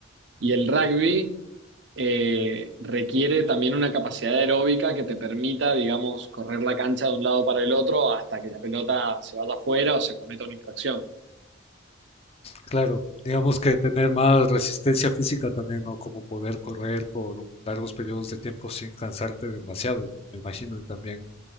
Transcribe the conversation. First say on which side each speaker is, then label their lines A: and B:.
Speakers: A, on the right; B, on the left.
A: Y el rugby eh, requiere también una capacidad aeróbica que te permita, digamos, correr la cancha de un lado para el otro hasta que la pelota se vaya afuera o se cometa una infracción.
B: claro. Digamos que tener más resistencia física también, ¿no? Como poder correr por un- largos periodos de tiempo sin cansarte demasiado, me imagino, y también